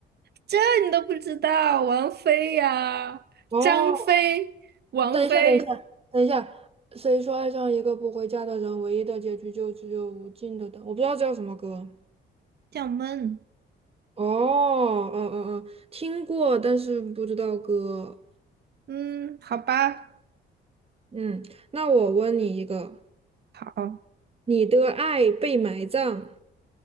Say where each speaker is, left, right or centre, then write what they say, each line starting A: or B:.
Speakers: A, on the right (about 55°); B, on the right (about 30°).
A: 这你都不知道，王菲呀、
B: 哦，
A: 张飞、王菲，
B: 等一下，等一下，等一下。谁说爱上一个不回家的人，唯一的结局就只有无尽的等？我不知道这叫什么歌。
A: 叫闷。
B: 哦，哦哦哦，听过，但是不知道歌。
A: 嗯，好吧，
B: 嗯，那我问你一个：
A: 好。
B: 你的爱被埋葬，